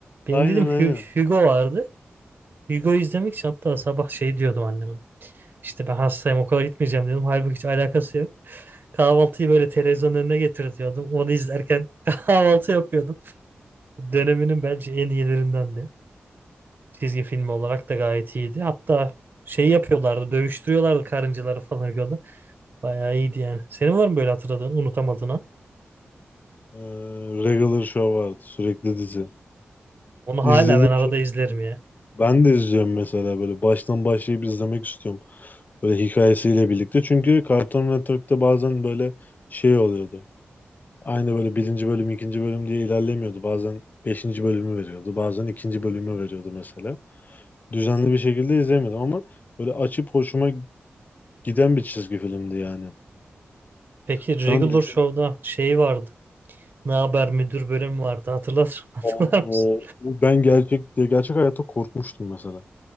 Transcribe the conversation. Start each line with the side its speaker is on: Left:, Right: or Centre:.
Right: Benim
Left: Aynen
Right: dedim Hu-
Left: aynen.
Right: Hugo vardı. Hugo izlemek için hatta sabah şey diyordum anneme. İşte ben hastayım okula gitmeyeceğim diyordum. Halbuki hiç alakası yok. Kahvaltıyı böyle televizyonun önüne getiriyordum. Onu izlerken <laughs> kahvaltı yapıyordum. Döneminin bence en iyilerindendi. Çizgi filmi olarak da gayet iyiydi. Hatta şey yapıyorlardı, dövüştürüyorlardı karıncaları falan yolda. Bayağı iyiydi yani. Senin var mı böyle hatırladığın, unutamadığın an?
Left: Ee, Regular Show vardı sürekli dizi.
Right: Onu
Left: İzledim
Right: hala ben arada
Left: çok.
Right: izlerim ya.
Left: Ben de izliyorum mesela böyle baştan başlayıp izlemek istiyorum. Böyle hikayesiyle birlikte. Çünkü Cartoon Network'te bazen böyle şey oluyordu. Aynı böyle birinci bölüm, ikinci bölüm diye ilerlemiyordu. Bazen beşinci bölümü veriyordu. Bazen ikinci bölümü veriyordu mesela. Düzenli bir şekilde izlemedim ama böyle açıp hoşuma giden bir çizgi filmdi yani.
Right: Peki
Left: Şu
Right: Regular
Left: an düşün,
Right: Show'da şey vardı. Ne haber müdür bölümü vardı hatırlar, <laughs> hatırlar
Left: o,
Right: mısın?
Left: ben gerçek gerçek hayatta korkmuştum mesela.